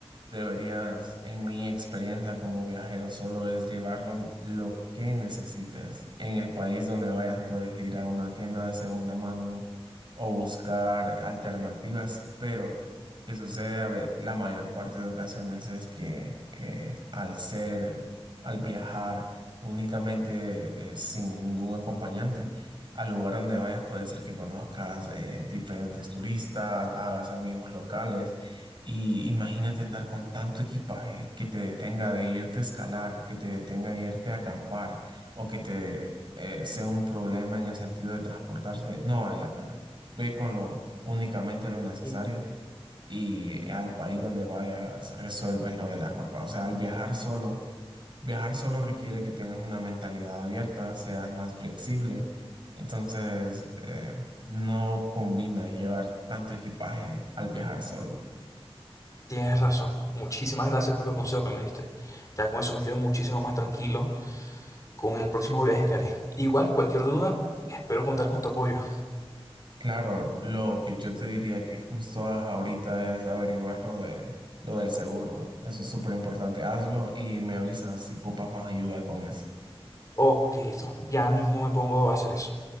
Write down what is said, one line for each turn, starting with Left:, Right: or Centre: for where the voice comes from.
Right: deberías, en mi experiencia como viajero, solo es llevarlo lo que necesites. En el país donde vayas, puedes ir a una tienda de segunda mano o buscar alternativas, pero que sucede a ve- la mayor parte de ocasiones es que eh, al ser, al viajar únicamente eh, sin ningún acompañante, al lugar donde vayas puede ser que conozcas eh, diferentes turistas, hagas amigos locales y imagínate andar con tanto equipaje que te detenga de irte a escalar, que te detenga de irte a acampar o que te eh, sea un problema en el sentido de transportarse, no vale la pena. Ve con lo únicamente lo necesario
Left: Mm.
Right: y al país donde vayas resuelves lo de la ropa. O sea, al viajar solo, viajar solo requiere que tengas una mentalidad abierta, seas más flexible. Entonces, eh, no combina llevar tanto equipaje al viajar solo.
Left: Tienes razón. Muchísimas gracias por los consejos que me diste. Ya con eso me quedo muchísimo más tranquilo con el próximo viaje que haré. Igual, cualquier duda, espero contar con tu apoyo.
Right: Claro, lo que yo te diría que justo ahorita es averiguar lo de lo del seguro. Eso es súper importante. Hazlo y me avisas si ocupas más ayuda con eso.
Left: Ok, listo. Ya mismo me pongo a hacer eso.